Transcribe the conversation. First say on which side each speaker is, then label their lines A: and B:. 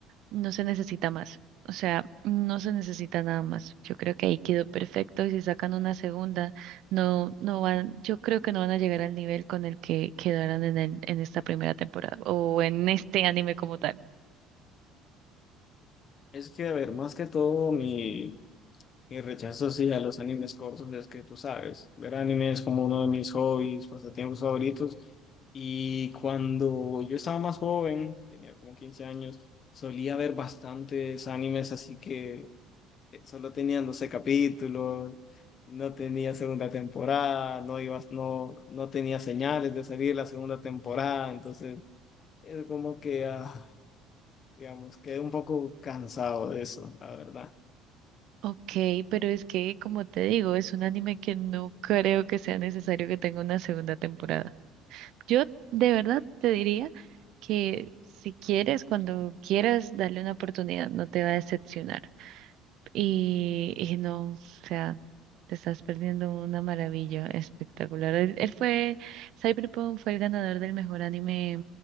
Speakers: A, on the right; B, on the left.
A: No se necesita más. O sea, no se necesita nada más. Yo creo que ahí quedó perfecto. y Si sacan una segunda, no, no van, yo creo que no van a llegar al nivel con el que quedaron en el- en esta primera temporada o en este anime como tal.
B: Es que, a ver, más que todo mi Mi rechazo sí a los animes cortos es que tú sabes, ver anime es como uno de mis hobbies, pasatiempos favoritos. Y cuando yo estaba más joven, tenía como 15 años, solía ver bastantes animes, así que eh, solo tenían 12 capítulos, no tenía segunda temporada, no ibas, no, no tenía señales de salir la segunda temporada, entonces es como que, ah, digamos, quedé un poco cansado de eso, la verdad.
A: Ok, pero es que, como te digo, es un anime que no creo que sea necesario que tenga una segunda temporada. Yo de verdad te diría que si quieres, cuando quieras, darle una oportunidad, no te va a decepcionar. Y, y no, o sea, te estás perdiendo una maravilla espectacular. Él, él fue, Cyberpunk fue el ganador del mejor anime